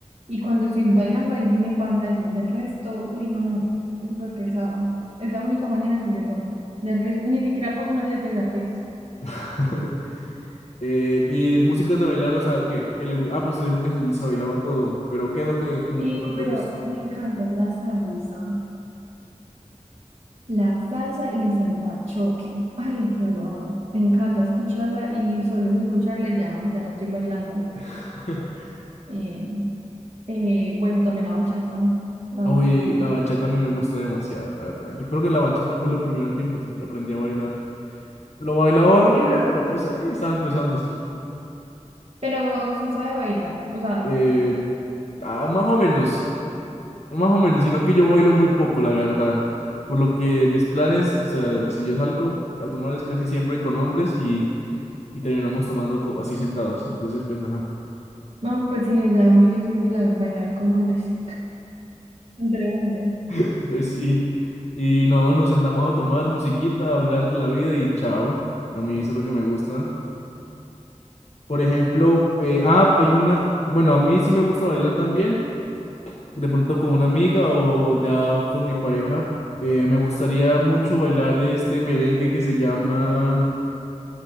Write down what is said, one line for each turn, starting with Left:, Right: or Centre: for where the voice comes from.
Right: Y cuando estoy bailando, ahí sí me pasa eso. Del resto, uy, no, no, es súper pesado. Es la única manera que yo tomo. Del resto, ni siquiera puedo no ser pesada, pues.
Left: <laughs> Eh, y músicas de bailar, o sea, que, que le gu- Ah, pues te dijo que se bailaba todo, pero ¿qué es lo que como
Right: Sí,
Left: que más
Right: pero
Left: le gusta?
Right: me encanta la salsa. La salsa y el salsa choque. Ay, yo lo amo. Me encanta escucharla y solo es escucharla y ya, ya la estoy bailando.
Left: <laughs>
Right: Eh, eh, bueno, también la bachata. La
Left: Uy,
Right: bachata también.
Left: la bachata
Right: Bueno,
Left: a mí me gusta demasiado, la verdad. Yo creo que la bachata fue lo primero que empe- aprendí a bailar. lo bailaba horrible, pero pues ahí estaba empezando.
Right: pero sí sabe bailar. O sea,
Left: Eh, ah, más o menos, más o menos, sino que yo bailo muy poco, la verdad. Por lo que mis planes, o sea, si yo salgo a tomar es casi siempre con hombres y, y terminamos tomando co- así sentados. Entonces, pues, ajá,
Right: no, pues sí, ya muy difícil la- bailar con hombres. Entre hombres.
Left: <laughs> pues sí. Y no, nos sentamos a tomar musiquita, a hablar de la vida y chao. A mí eso es lo que me gusta. Por ejemplo, eh, ah, hay una, bueno, a mí sí me gusta bailar también de pronto con una amiga o ya con mi pareja. eh, me gustaría mucho bailar este merengue que se llama,